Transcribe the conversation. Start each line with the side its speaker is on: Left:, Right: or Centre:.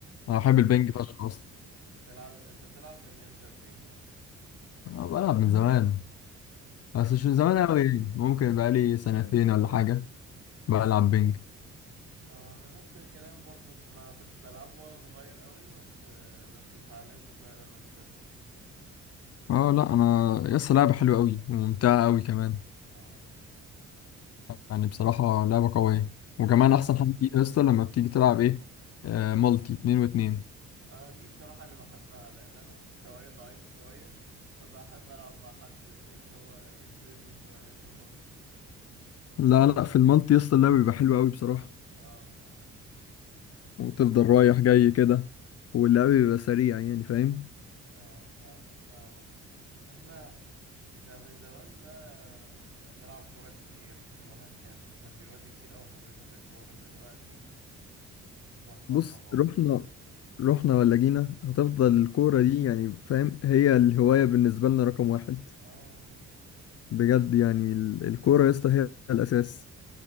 Right: انت
Left: انا بحب
Right: ايه
Left: البنج فشخ اصلا
Right: بتلعب انت بتلعب من امتى البنج ده
Left: انا بلعب من زمان بس
Right: اه
Left: مش من زمان قوي يعني ممكن بقالي سنتين ولا حاجة بلعب بينج
Right: آه، انا نفس الكلام برضو ما كنتش بلعبه وانا صغير قوي بس آه، بس اتعلمته شوية لما كبرت
Left: اه لا انا يس لعبة حلوة قوي وممتعة قوي كمان
Right: اه
Left: يعني بصراحة لعبة قوية وكمان
Right: انا
Left: احسن حاجة فيها يس لما بتيجي تلعب ايه آه مالتي اتنين واتنين
Right: أنا دي بصراحة اللي بحبها لان انا مستواي ضعيف شوية فبحب العب مع حد اللي هو يسندني شوية في المالتي
Left: لا لا في المالتي يس اللعب بيبقى حلو قوي بصراحة
Right: اه بصراحة
Left: وتفضل رايح جاي كده واللعب بيبقى سريع يعني فاهم
Right: اه فا- فاهمك بس احنا اذا من زمان بقى كنا بنلعب كورة كتير والواحد كان كان بيودي كتير قوي في حجوزات الكورة دلوقتي بطلنا
Left: بص
Right: خالص
Left: رحنا رحنا ولا جينا هتفضل الكورة دي يعني فاهم هي الهواية بالنسبة لنا رقم واحد
Right: اه والله
Left: بجد يعني ال- الكورة يا اسطى هي الأساس